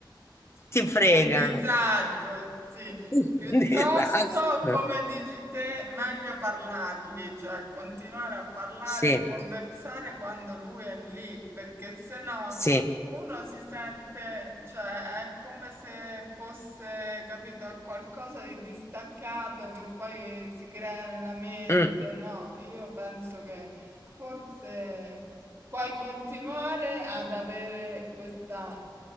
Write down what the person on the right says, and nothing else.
Un disagio, sì.
Piuttosto,
come dici te, meglio parlargli, cioè continuare a parlare,
a conversare quando lui è lì, perché sennò
uno si sente, cioè è come se fosse, capito, qualcosa di distaccato che poi si crea nella mente.
No, io penso che forse puoi continuare ad avere questa